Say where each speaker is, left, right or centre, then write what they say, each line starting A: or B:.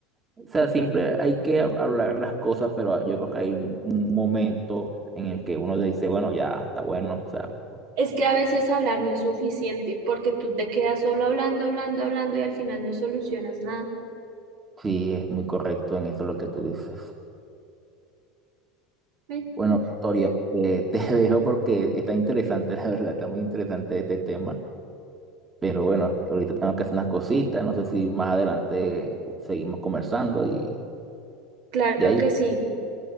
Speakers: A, on the right; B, on the right.
A: o sea, siempre hay que hab- hablar las cosas, pero ah, yo creo que hay un un momento en el que uno dice, bueno, ya está bueno, o sea,
B: Es que a veces hablar no es suficiente, porque tú te quedas solo hablando, hablando, hablando y al final no solucionas nada.
A: sí, es muy correcto en eso lo que tú dices.
B: Bueno,
A: Bueno, Victoria, eh, <laughs> te dejo porque está interesante, la verdad, está muy interesante este tema. Pero bueno, ahorita tengo que hacer unas cositas, no sé si más adelante seguimos conversando y,
B: claro
A: y ahí,
B: que sí,